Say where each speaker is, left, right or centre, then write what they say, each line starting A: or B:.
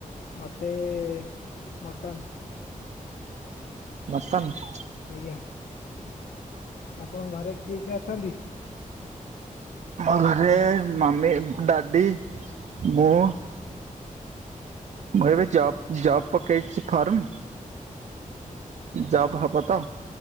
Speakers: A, on the left; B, on the right.
A: ମତେ ଏ-ମଟନ୍।
B: ମସନ୍।
A: ଆଜ୍ଞା। ଆପଣଙ୍କ ଘରେ କିଏ କିଏ ଅଛନ୍ତି?
B: ମୋ ଘରେ ମାମି ଡାଡ଼ି ମୁଁ ଭାଇ ଭାଇ ଜଵ ଜବ୍ ପକେଇଛି ଫାର୍ମ ଜବ୍ ହବ ତ?